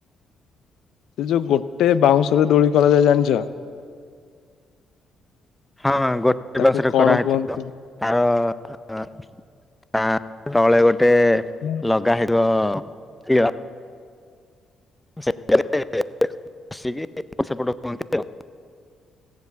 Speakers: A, on the left; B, in the centre.
A: ଏଇ ଯୋଉ ଗୋଟେ ବାଉଁଶରେ ଦୋଳି କରାଯାଏ ଜାଣିଛ?
B: ହଁ ଗୋଟେ
A: ତାକୁ
B: ବାଉଁଶରେ
A: କଣ
B: କରାହେଇଥିଲା
A: କୁହନ୍ତି?
B: ତାର <unintelligible> ତା ତଳେ ଗୋଟେ
A: ହୁଁ।
B: ଲଗା ହେଇଥିବ କି ସେଇଟାରେ ବସିକି ଏପଟ ସେପଟ ହୁଅନ୍ତି ଆଉ।